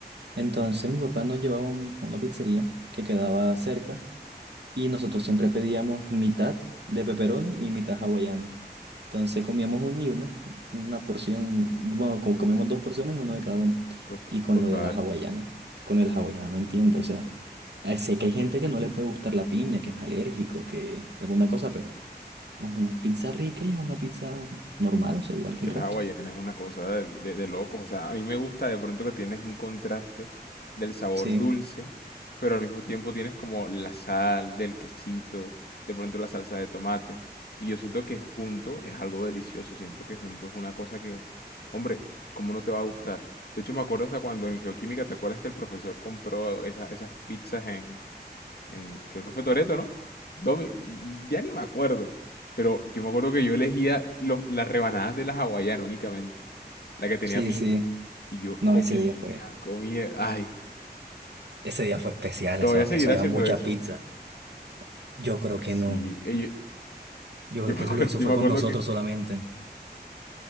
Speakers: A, on the right; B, on the left.
A: Entonces mi papá nos llevaba un- a una pizzería que quedaba cerca y nosotros siempre pedíamos mitad de pepperoni y mitad hawaiano. Entonces comíamos una y una, una porción, bueno, co- comíamos dos porciones, uno de cada uno.
B: Tot-
A: Y con
B: Total.
A: lo de la hawaiana, con el hawaiana no entiendo, o sea, eh, sé que hay gente que no le puede gustar la piña, que es alérgico, que alguna cosa, pero es una pizza rica y es una pizza normal, o sea, igual
B: Es
A: que
B: que
A: el
B: el
A: resto.
B: hawaiana es una cosa de, de- de locos. O sea, a mí me gusta de pronto que tienes un contraste del sabor
A: Sí,
B: dulce, pero al mismo tiempo tienes como la sal del quesito, de pronto la salsa de tomate. Y yo siento que junto es algo delicioso. Siento que junto es una cosa que, hombre, ¿cómo no te va a gustar? De hecho, me acuerdo hasta cuando en geoquímica, ¿te acuerdas que el profesor compró esa- esas pizzas en, en- creo que fue Toreto, ¿no? Domi, ya ni me acuerdo. Pero yo me acuerdo que yo elegía los- las rebanadas de la hawaiana únicamente, la que tenía
A: sí,
B: piña.
A: sí.
B: Y yo
A: No,
B: comía,
A: ese día fue,
B: comía. Ay,
A: ese día fue especial,
B: todavía
A: eso,
B: seguirá
A: eso había
B: haciendo
A: mucha
B: eso.
A: pizza. Yo creo que
B: Sí,
A: no.
B: eh, yo,
A: Yo creo
B: yo
A: que
B: me acuerdo,
A: lo hizo
B: yo
A: fue
B: me
A: con
B: acuerdo
A: nosotros
B: que
A: solamente.